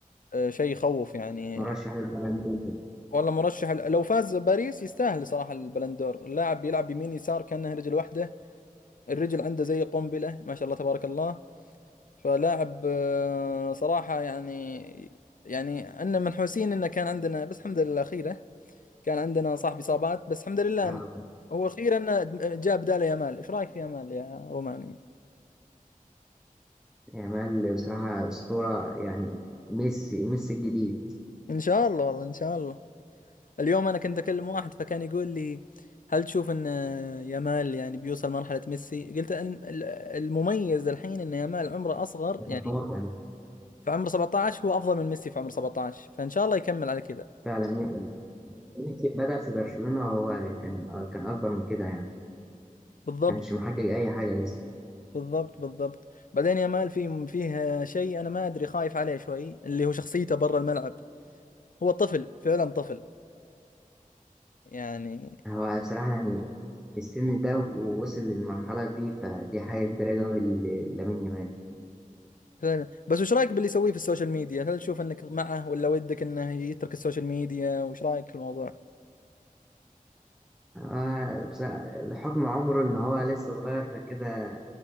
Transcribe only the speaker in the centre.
مرشح للبالون دور
آه،
يامال بصراحه اسطوره يعني ميسي ميسي الجديد
يتفوق
عليه.
فعلا مي- ميسي بدا في برشلونه هو كان آه، كان اكبر من كده يعني
كانش محقق اي حاجه لسه
هو بصراحه يعني في السن ده ووصل للمرحله دي فدي حاجه كبيره قوي لامين يامال
آه، بس- بحكم عمره إن هو لسه صغير فكده